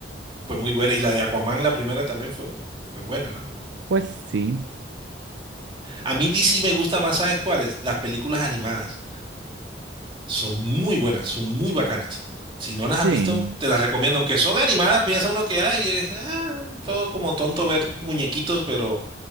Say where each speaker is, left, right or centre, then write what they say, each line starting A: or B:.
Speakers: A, on the right (about 30°); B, on the right (about 80°).
A: fue muy buena. Y la de Aquaman, la primera también fue, fue buena, ¿no?
B: Pues sí,
A: A mí DC me gusta más, ¿sabes cuáles? Las películas animadas. Son muy buenas, son muy bacanas. Si no las
B: sí.
A: has visto, te las recomiendo. Aunque son animadas, piensa uno que hay, es ah, todo como tonto ver muñequitos, pero